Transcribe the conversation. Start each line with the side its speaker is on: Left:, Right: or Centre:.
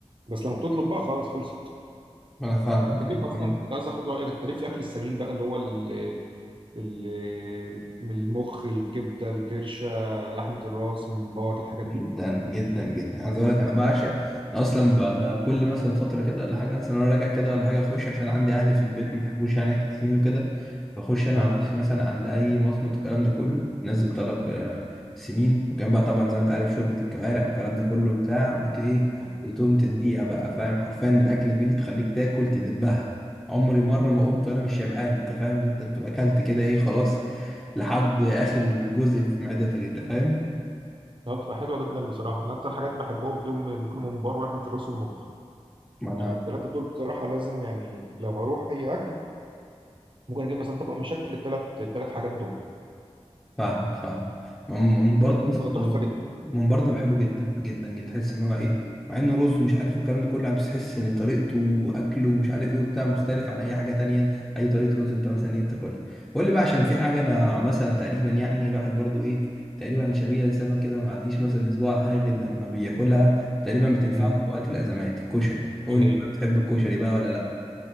Right: بس لما بتطلب بقى خلاص خلصت
Centre: ما انا فاهمك
Right: انت
Centre: انا
Right: ليك
Centre: فاهمك
Right: اصلا كنت عايز اخد رايك انت ليك في الاكل السمين بقى اللي هو اللي ال- من المخ الكبدة الكرشة لحمة الراس الممبار الحاجات
Centre: جدا
Right: دي
Centre: جدا جدا عايز اقول لك انا بعشق اصلا ب- كل مثلا فتره كده ولا حاجه مثلا انا راجع كده ولا حاجه اخش عشان عندي اهلي في البيت ما بيحبوش يعني اكل سمين وكده بخش انا
Right: اه
Centre: عن نفسي مثلا عند اي مصمت الكلام ده كله نزل طلب آه، سمين وجنبها طبعا زي ما انت عارف شوربه الكوارع والكلام ده كله بتاع وت ايه
Right: اه
Centre: وتقوم تديها
Right: امم
Centre: بقى فاهم حرفيا الاكله دي بتخليك تاكل تدبها عمري مره ما قمت وانا مش شبعان انت فاهم اللي انت بتبقى اكلت كده ايه خلاص لحد اخر جزء في معدتك انت فاهم
Right: لا بتبقى حلوه جدا بصراحه انا اكتر حاجات بحبهم فيهم ممكن ممبار ولحمه الراس والمخ
Centre: ما انا
Right: يعني التلاتة دول بصراحة لازم يعني لو هروح أي أكل ممكن أجيب مثلا طبق مشكل التلات التلات حاجات دول
Centre: فاهمك فاهمك ما- من برضه
Right: طيب
Centre: بس-
Right: بتبقى تحفة جدا
Centre: من برضه بحبه جدا جدا جدا تحس ان هو ايه
Right: امم
Centre: مع انه رز ومش عارف ايه والكلام ده كله يعني بس تحس ان طريقته واكله ومش عارف ايه وبتاع مختلف عن اي حاجه تانية اي طريقه رز انت مثلا ايه بتاكلها قول لي بقى عشان في حاجه انا مثلا تقريبا يعني الواحد برضه ايه تقريبا شبيه لسمك كده ما بعديش مثلا اسبوع على الحاجه غير لما بياكلها تقريبا بتنفعه
Right: امم
Centre: في وقت الازمات الكشري قول
Right: ايه
Centre: لي
Right: هي
Centre: بقى بتحب الكشري بقى ولا لا